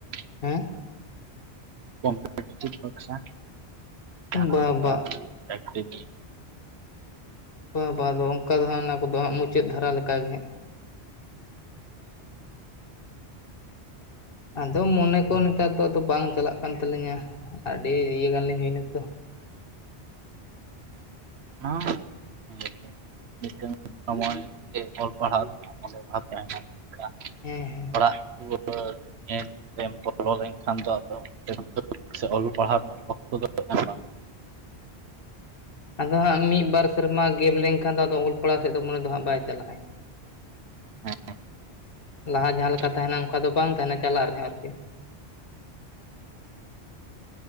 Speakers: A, on the right (about 75°); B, on the left (about 60°).
A: ᱾
B: ᱦᱮᱸ
A: ᱠᱚᱢᱯᱤᱴᱤᱥᱮᱱᱟ ᱵᱟᱠᱷᱨᱟ ᱡᱟᱦᱱᱟᱜ
B: ᱵᱟ
A: ᱚᱱᱠᱟ,
B: ᱵᱟ
A: ᱯᱮᱠᱴᱤᱠ ᱜᱮᱭᱟ ᱾
B: ᱵᱟ ᱵᱟ ᱟᱫᱚ ᱚᱱᱠᱟ ᱫᱚ ᱦᱟᱸᱜ ᱚᱱᱟ ᱠᱚᱫᱚ ᱦᱟᱸᱜ ᱢᱩᱪᱟᱹᱫᱽ ᱫᱷᱟᱨᱟ ᱞᱮᱠᱟᱜᱮ ᱦᱟᱸᱜ, ᱟᱫᱚ ᱢᱚᱱᱮ ᱠᱚ ᱱᱮᱛᱟᱨ ᱫᱚ ᱟᱫᱚ ᱵᱟᱝ ᱪᱟᱞᱟᱜ ᱠᱟᱱ ᱛᱟᱹᱞᱤᱧᱟ ᱟᱹᱰᱤ ᱤᱭᱟᱹ ᱜᱟᱱ ᱞᱤᱧ ᱦᱩᱭᱱᱟ ᱛᱚ,
A: ᱚᱱᱟᱦᱚ ᱦᱮᱸ ᱜᱮ ᱢᱤᱫᱴᱟᱝ ᱥᱚᱢᱚᱭ ᱜᱮ ᱚᱞ ᱯᱟᱲᱦᱟᱣ ᱨᱮᱱᱟᱜ ᱚᱰᱮ ᱵᱷᱟᱵ ᱛᱟᱦᱮᱱᱟ ᱪᱮᱫᱠᱟ
B: ᱦᱮᱸ ᱦᱮᱸ
A: ᱚᱲᱟᱜ ᱫᱩᱣᱟᱹᱨ ᱧᱮᱞ ᱛᱮᱢ ᱵᱚᱞᱚ ᱞᱮᱱᱠᱷᱟᱱ ᱫᱚ ᱟᱫᱚ ᱚᱱᱛᱮᱱᱟᱜ ᱫᱚ ᱥᱮ ᱚᱞ ᱯᱟᱲᱦᱟᱣ ᱨᱮᱱᱟᱜ ᱚᱠᱛᱚ ᱫᱚ ᱮᱢ ᱵᱟᱝ‍᱾
B: ᱟᱫᱚ ᱦᱟᱸᱜ ᱢᱤᱫ ᱵᱟᱨ ᱥᱮᱨᱢᱟ ᱜᱮᱵ ᱞᱮᱱᱠᱷᱟᱱ ᱫᱚ ᱟᱫᱚ ᱚᱞᱚ ᱯᱟᱲᱟᱶ ᱥᱮᱫ ᱫᱚ ᱢᱚᱱᱮ ᱫᱚ ᱦᱟᱸᱜ ᱵᱟᱭ ᱪᱟᱞᱟᱜ-ᱟ
A: ᱦᱮᱸ
B: ᱞᱟᱦᱟ ᱡᱟᱦᱟᱸᱞᱮᱠᱟ
A: ᱴᱷᱤᱠ
B: ᱛᱟᱦᱮᱱᱟ ᱚᱱᱠᱟ ᱫᱚ ᱵᱟᱝ ᱛᱟᱦᱮᱱᱟ ᱪᱟᱞᱟᱜ ᱨᱮᱦᱚᱸ ᱟᱨᱠᱤ‍‌‌᱾